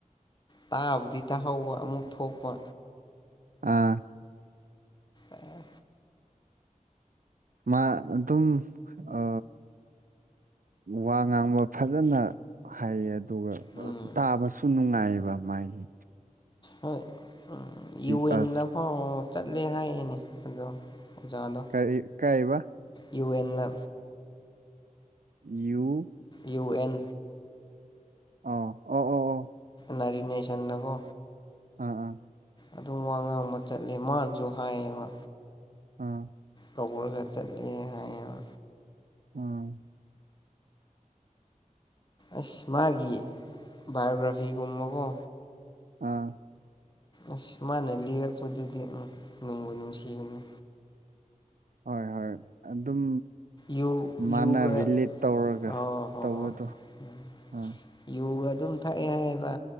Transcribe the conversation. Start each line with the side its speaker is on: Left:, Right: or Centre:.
Left: ꯇꯥꯕꯨꯗꯤ ꯇꯥꯍꯧꯕ ꯑꯃꯨꯛ ꯊꯣꯛꯄ꯫
Right: ꯑꯥ
Left: ꯑꯦ
Right: ꯃꯥ ꯑꯗꯨꯝ ꯑ꯫ ꯋꯥ ꯉꯥꯡꯕ ꯐꯖꯅ ꯍꯩꯌꯦ ꯑꯗꯨꯒ꯫
Left: ꯎꯝ
Right: ꯇꯥꯕꯁꯨ ꯅꯨꯡꯉꯥꯏꯑꯦꯕ ꯃꯥꯏꯗꯤ
Left: ꯍꯣꯏ ꯎꯝ ꯌꯨ ꯑꯦꯟ
Right: ꯑꯁ
Left: ꯐꯥꯎ ꯆꯠꯂꯦ ꯍꯥꯏꯌꯦꯅꯦ ꯑꯗꯨ ꯑꯣꯖꯥꯗꯣ꯫
Right: ꯀꯔꯤ ꯀꯥꯏꯕ
Left: you and
Right: you
Left: you and.
Right: ꯑ ꯑꯣ꯫ ꯑꯣ
Left: ꯅꯔꯤꯅꯦꯁꯟꯗꯒꯣ
Right: ꯑꯥ ꯑꯥ꯫
Left: ꯑꯗꯨꯝ ꯋꯥ ꯉꯥꯡꯕ ꯆꯠꯂꯦ ꯃꯥꯅꯁꯨ ꯍꯥꯏꯌꯦꯕ꯫
Right: ꯑꯥ
Left: ꯀꯧꯔꯒ ꯆꯠꯂꯦ ꯍꯥꯏꯌꯦꯕ
Right: ꯎꯝ꯫
Left: ꯑꯁ ꯃꯥꯒꯤ ꯕꯥꯏꯑꯣꯒ꯭ꯔꯥꯐꯤꯒꯨꯝꯕꯀꯣ
Right: ꯑꯥ꯫
Left: ꯑꯁ ꯃꯥꯅ ꯂꯤꯔꯛꯄꯗꯨꯗꯤ ꯎꯝ ꯅꯣꯡꯕꯨ ꯅꯨꯡꯁꯤꯕꯅꯤ
Right: ꯍꯣꯏ ꯍꯣꯏ ꯑꯗꯨꯝ꯫
Left: ꯌꯨ
Right: ꯃꯥꯅ
Left: ꯌꯨꯒ
Right: ꯔꯤꯂꯤꯠ ꯇꯧꯔꯒ
Left: ꯑꯣ ꯍꯣꯏ
Right: ꯇꯧꯕꯗꯣ
Left: ꯍꯣꯏ ꯎꯝ
Right: ꯑꯥ꯫
Left: ꯌꯨꯒ ꯑꯗꯨꯝ ꯊꯛꯑꯦ ꯍꯥꯏꯗ